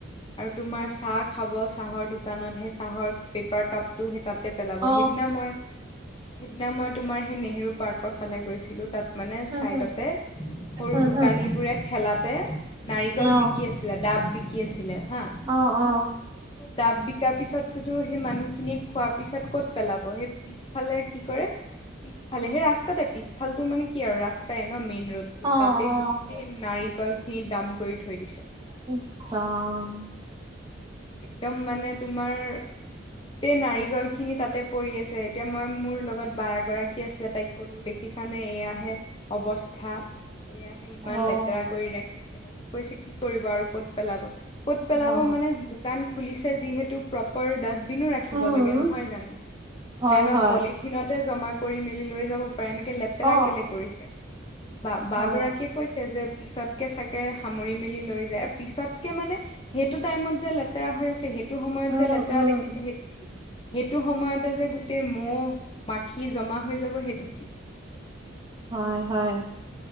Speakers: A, on the left (about 25°); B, on the right (about 20°).
A: আৰু তোমাৰ চাহ খাব, চাহৰ দোকানত সেই চাহৰ পেপাৰ কাপ টো সেই তাতে পেলাব।
B: অ
A: সেইদিনা মই সেইদিনা মই তোমাৰ সেই নেহেৰু পাৰ্কৰ ফালে গৈছিলোঁ। তাত মানে
B: হম
A: চাইডতে
B: হম
A: সৰু
B: উম
A: দোকানীবোৰে
B: হম
A: ঠেলাতে নাৰিকল
B: অ
A: বিকি আছিল। <unintelligible> লাডাব বিকি আছিলে হা।
B: অঁ-অঁ!
A: দাব বিকাৰ পিছতোতো সেই মানুহখিনিয়ে খোৱাৰ পিছত ক'ত পেলাব সেই পিছফালে কি কৰে পিছফালে সেই ৰাস্তাতে পিছফালটো মানে কি আৰু ৰাস্তাই ন মেইন ৰোড।
B: অ
A: তাতে
B: অ
A: গোটেই নাৰিকলখিনি দাম কৰি থৈ দিছে।
B: কি চাম <unintelligible>
A: একদম মানে তোমাৰ গোটেই নাৰিকলখিনি তাতে পৰি আছে। এতিয়া মই মোৰ লগত বা এগৰাকী আছিলে তাইক কলো দেখ দেখিছানে এয়াহে অৱস্থা, এয়াহে ইমান
B: অ
A: লেতেৰা কৰি ৰাখিছে। তাৰ পিছত কৈছে কি কৰিব আৰু ক'ত পেলাব? ক'ত পেলাব
B: অ
A: মানে দোকান খুলিছে যিহেতু প্ৰপাৰ ডাষ্টবিনো ৰাখিব
B: উম
A: লাগে নহয় জানো।
B: হয়
A: নাইবা
B: হয়
A: পলি থিনতে জমা কৰি মেলি লৈ যাব পাৰে এনেকে লেতেৰা
B: অ
A: কেলে কৰিছে। বা-বা
B: হয়
A: গৰাকীয়ে কৈছে যে পিছতকে চাগে সামৰি মেলি লৈ যায়। পিছতকে মানে সেইটো টাইমত যে লে লেতেৰা হৈ আছে সেইটো সময়ত
B: উম
A: যে লেতেৰা
B: উম
A: দেখিছে। সেই সেইটো সময়তে যে গোটেই মহ মাখি জমা হৈ যাব সেইটো
B: হয় হয়।